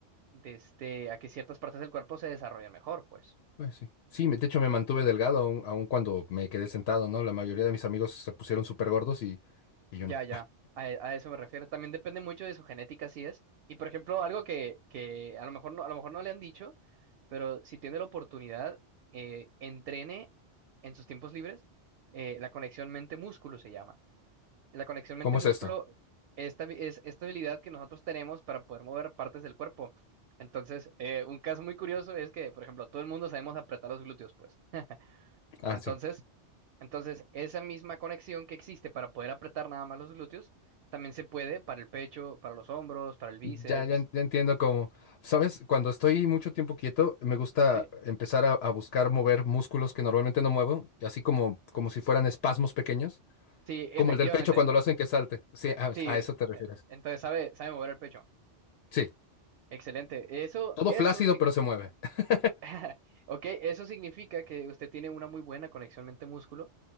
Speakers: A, on the right; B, on the left.
A: de este, a que ciertas partes del cuerpo se desarrollen mejor, pues.
B: Pues sí. Sí, me- de hecho me mantuve delgado aun, aun cuando me quedé sentado, ¿no? La mayoría de mis amigos se pusieron súper gordos y, y yo
A: Ya,
B: no.
A: ya, a, e, a eso me refiero. También depende mucho de su genética, así es. Y por ejemplo, algo que, que a lo mejor no, a lo mejor no le han dicho, pero si tiene la oportunidad, eh, entrene en sus tiempos libres eh, la conexión mente-músculo se llama. La conexión mente-músculo
B: ¿Cómo es esto?
A: esta, habi- es esta habilidad que nosotros tenemos para poder mover partes del cuerpo. Entonces, eh, un caso muy curioso es que, por ejemplo, todo el mundo sabemos apretar los glúteos, pues.
B: Ah,
A: Entonces,
B: sí.
A: entonces, esa misma conexión que existe para poder apretar nada más los glúteos, también se puede para el pecho, para los hombros, para el bíceps.
B: Ya, ya, en- ya entiendo cómo. ¿Sabes? Cuando estoy mucho tiempo quieto, me gusta
A: Sí,
B: empezar a, a buscar mover músculos que normalmente no muevo, así como, como si fueran espasmos pequeños,
A: sí, efectivamente.
B: como el del pecho cuando lo hacen que salte. Sí, a,
A: Sí,
B: a
A: e-
B: eso te refieres.
A: e, entonces sabe, sabe mover el pecho.
B: Sí,
A: Excelente. Eso,
B: todo
A: eso
B: flácido
A: sí.
B: pero se mueve. <laughs>
A: <laughs> Ok, eso significa que usted tiene una muy buena conexión mente-músculo.